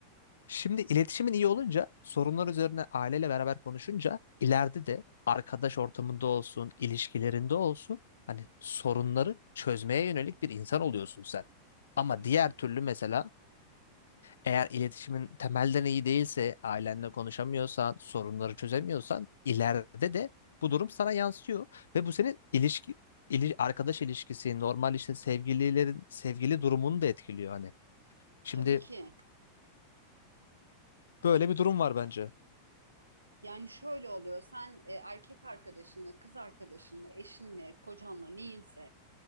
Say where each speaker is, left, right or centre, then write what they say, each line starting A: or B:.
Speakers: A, on the left; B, on the right.
A: şimdi iletişimin iyi olunca sorunlar üzerine aileyle beraber konuşunca ileride de arkadaş ortamında olsun, ilişkilerinde olsun hani sorunları çözmeye yönelik bir insan oluyorsun sen. Ama
B: hı
A: diğer
B: hı.
A: türlü mesela eğer iletişimin temelden iyi değilse, ailenle konuşamıyorsan, sorunları çözemiyorsan ileride de bu durum sana yansıyor ve bu senin ilişki ili- arkadaş ilişkisi, normal işte sevgililerin sevgili durumunu da etkiliyor hani. Şimdi
B: Tabii ki.
A: böyle bir durum var bence.
B: Yani şöyle oluyor. Sen e, erkek arkadaşınla, kız arkadaşınla, eşinle, kocanla neyinse